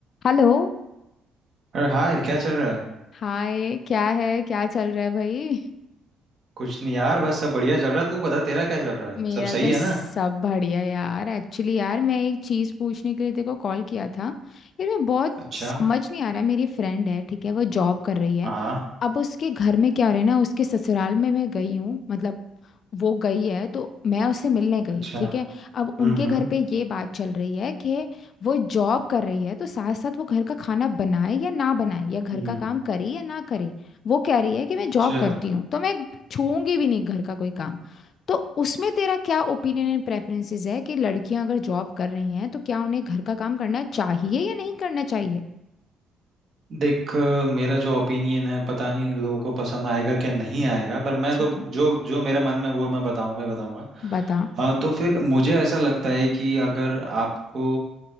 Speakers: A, on the left (about 60°); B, on the right (about 55°).
A: Hello
B: अरे हाय क्या चल रहा है
A: Hi क्या है क्या चल रहा है भाई <laughs>
B: कुछ नहीं यार बस सब बढ़िया चल रहा है तू बता तेरा क्या चल रहा है
A: मेरा
B: सब सही
A: तो
B: है
A: सब
B: ना
A: बढ़िया यार एक्चुअली यार मैं एक चीज़ पूछने के लिए तेरे को कॉल किया था यार मैं बहुत
B: अच्छा
A: समझ नहीं आ रहा मेरी फ्रेंड है ठीक है वो जॉब कर रही है
B: हाँ
A: अब उसके घर में क्या हो रहा है ना उसके ससुराल में मैं गई हूँ मतलब वो गई है तो मैं उससे मिलने गई
B: अच्छा
A: ठीक है अब
B: हम्म
A: उनके
B: हम्म
A: घर पे ये बात चल रही है कि वो जॉब कर रही है तो साथ साथ वो घर का खाना बनाए या ना बनाए या घर
B: हम्म
A: का काम करे या ना करे वो कह रही है कि मैं
B: अच्छा
A: जॉब करती हूँ तो मैं छूऊंगी भी नहीं घर का कोई काम तो उसमें तेरा क्या ओपिनियन एंड प्रेफरेंसेस है कि लड़कियां अगर जॉब कर रही हैं तो क्या उन्हें घर का काम करना चाहिए या नहीं करना चाहिए
B: देख अ, मेरा जो ओपिनियन है पता नहीं लोगों को पसंद आएगा क्या नहीं आएगा पर मैं
A: ठीक
B: तो
A: है
B: जो जो मेरे मन में वो मैं बताऊंगा ही बताऊंगा
A: बता
B: हाँ तो फिर मुझे ऐसा लगता है कि अगर आपको